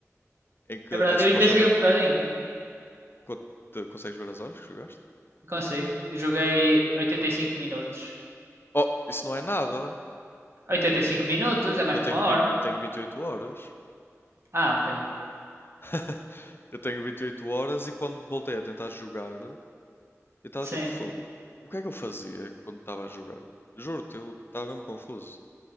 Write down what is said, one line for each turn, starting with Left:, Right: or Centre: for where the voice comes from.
Left: em que
Right: É verdade,
Left: é supostamente
Right: eu ainda joguei um bocadinho.
Left: quando te- consegues ver as horas que jogaste.
Right: Não Consigo. Eu Joguei 85 minutos.
Left: Oh, isso não é nada.
Right: 85 minutos é mais
Left: Eu
Right: que
Left: tenho,
Right: uma
Left: 20
Right: hora.
Left: eu tenho 28 horas.
Right: Ah, ok.
Left: <laughs> Eu tenho 28 horas e quando voltei a tentar jogar, eu estava
Right: Sim.
Left: tipo, "Fo- o, o que é que eu fazia quando estava a jogar? Juro-te, eu estava mesmo confuso.